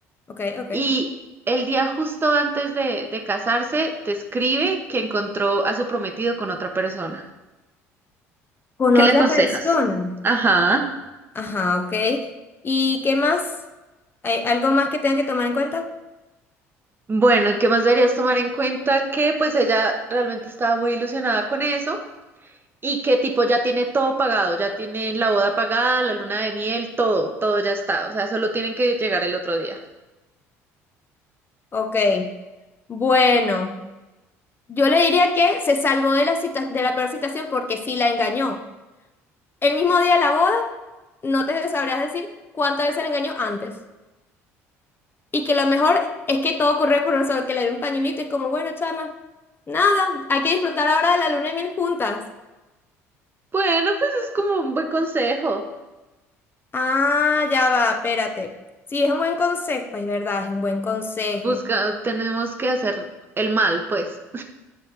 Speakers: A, on the left (about 30°); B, on the right (about 30°).
A: Ok, ok.
B: y el día justo antes de, de casarse te escribe que encontró a su prometido con otra persona.
A: Con
B: ¿Qué
A: otra
B: le aconsejas?
A: persona.
B: Ajá.
A: Ajá, ok. ¿Y qué más? ¿Hay algo más que tengan que tomar en cuenta?
B: Bueno, ¿y qué más deberías tomar en cuenta? Que pues ella realmente estaba muy ilusionada con eso Y que tipo ya tiene todo pagado, ya tienen la boda pagada, la luna de miel, todo, todo ya está. O sea, solo tienen que llegar el otro día.
A: Ok. Bueno, yo le diría que se salvó de la cita- de la peor situación porque sí la engañó. El mismo día de la boda, no te sabrías decir cuántas veces la engañó antes. Y que lo mejor es que todo ocurre por nosotros, que le dé un pañuelito, es como, bueno, chama, nada, hay que disfrutar ahora de la luna de miel juntas.
B: Bueno, pues es como un buen consejo.
A: Ah, ya va, espérate. Sí, es un buen consejo, es verdad, es un buen consejo.
B: Busca, tenemos que hacer el mal, pues.